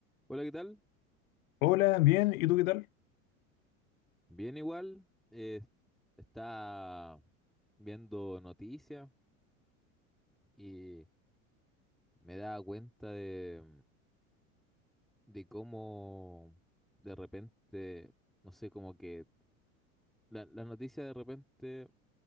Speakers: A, in the centre; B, on the left (about 75°).
A: Hola, ¿qué tal?
B: Hola, bien, ¿y tú qué tal?
A: Bien igual. eh, está viendo noticias y me da cuenta de, de cómo de repente, no sé, como que la- las noticias de repente